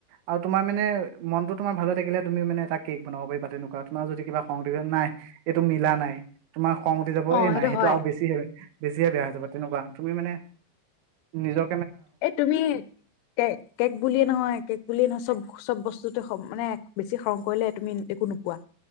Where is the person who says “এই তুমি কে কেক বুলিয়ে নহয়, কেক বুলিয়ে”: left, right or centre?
Left